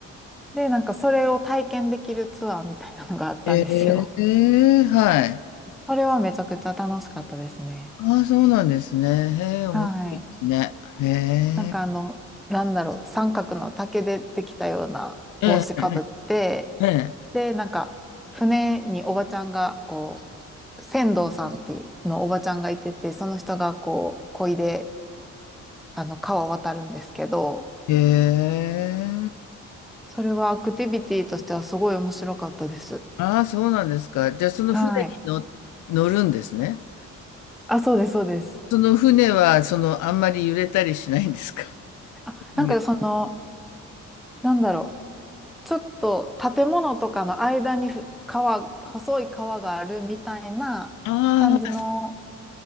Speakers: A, in the centre; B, on the left (about 75°).
A: で、なんかそれを体験できるツアーみたいなのがあったんですよ。
B: ええ、ええはい。
A: <laughs> それはめちゃくちゃ楽しかったですね。
B: ああ、そうなんですね。へえ、面白いですね。
A: はい。
B: へえ、
A: なんかあの、なんだろう、三角の竹でできたような帽子かぶって、
B: ええ、え
A: で、なんか船におばちゃんが、こう、船頭さんっていうのおばちゃんがいてて、その人がこう、漕いで、あの、川を渡るんですけど、
B: え、へえ。
A: それはアクティビティとしてはすごい面白かったです。
B: ああ、そうなんですか。じゃあ、その船に乗、
A: はい。
B: 乗るんですね。
A: あ、そうです、そうです。
B: その船は、その、あんまり揺れたりしないんですか <laughs>
A: あ、なんかその、なんだろう。ちょっと建物とかの間にふ川、細い川があるみたいな感じの、
B: あー